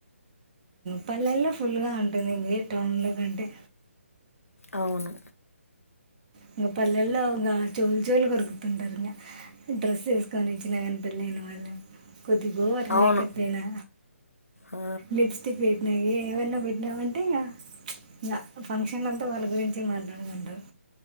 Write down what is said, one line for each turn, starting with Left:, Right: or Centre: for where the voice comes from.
Right: పల్లెల్లో ఫుల్గా ఉంటుంది ఇ టౌన్లో కంటే
Left: అవును
Right: ఇంగ పల్లెలో ఇంగ చోలుచోలు కొర్కుతింటారు డ్రెస్ వేసుకోనిచ్చ నాగ పెళ్ అయిన వాళ్ళ కొద్దిగాోఓవర్
Left: అవును
Right: మేకప్ అయినా
Left: ఆ,
Right: లిప్స్టిక్ వేట్నా ఇ ఏమనా పెట్టినామంటే ఇంగా ఇ ఫంక్షన్లంతా వాళ్ళ గురించి మాట్లాడదంటారు